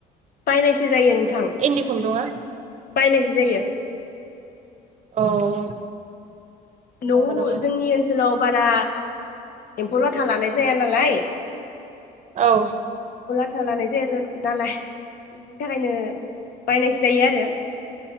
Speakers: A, on the left; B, on the right.
A: बायनायसो जायो नोंथां
B: इन्दि खुन्दुङा
A: बायनायसो जायो
B: औ
A: न'
B: नंगौ नामा
A: जोंनि ओनसोलाव बारा एम्फौ लाथा लानाय ज जाया नालाय
B: औ
A: बथा लानाय जाया नालाय बेनि थाखायनो बायनायसो जायो आरो